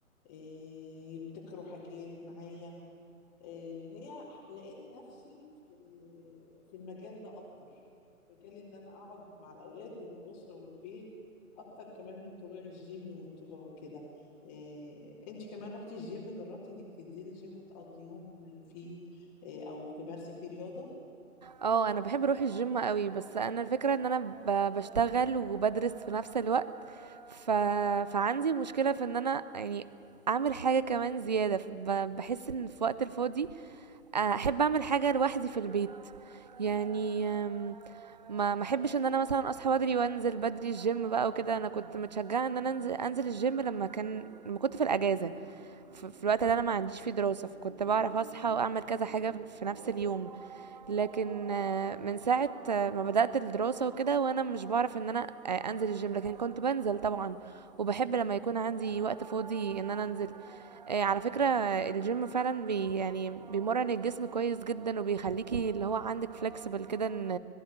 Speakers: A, on the left (about 25°); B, on the right (about 30°).
A: آه، يبتكروا حاجات معايا آه، هي ح- لقيت نفسي في ال- في المجال ده اكتر مجال ان انا اقعد مع الاولاد والاسره والبيت اكتر كمان من طلوع الجيم والطلوع وكده إيه انت كمان رحتي الجيم جربتي انك تنزلي الجيم وتقضي يوم فيه إيه او تمارسي فيه رياضه
B: اه انا بحب اروح الجيم قوي بس انا الفكره ان انا ب- بشتغل وبدرس في نفس الوقت ف... فعندي مشكله في ان انا يعني اعمل حاجه كمان زياده ف- ب- بحس ان في وقت الفاضي آه، احب اعمل حاجه لوحدي في البيت يعني أم، ما ما احبش ان انا مثلا اصحى بدري وانزل بدري الجيم بقى وكده انا كنت متشجعه ان انا انزل انزل الجيم لما كان لما كنت في الاجازه في, في الوقت اللي انا ما عنديش فيه دراسه فكنت بعرف اصحى واعمل كذا حاجه في في نفس اليوم لكن آه، من ساعة آه، ما بدأت الدراسة وكده وأنا مش بعرف إن أنا آه، أنزل الجيم لكن كنت بنزل طبعا وبحب لما يكون عندي وقت فاضي إن أنا أنزل آه، على فكرة آه، الجيم فعلا بي يعني بيمرن الجسم كويس جدا وبيخليكي اللي هو عندك فلكسبل كده إن